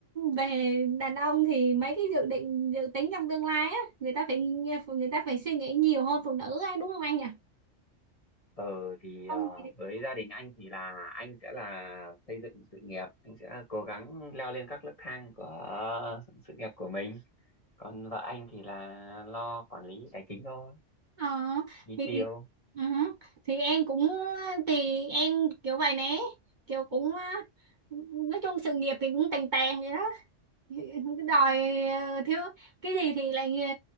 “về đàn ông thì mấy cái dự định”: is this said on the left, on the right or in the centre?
Right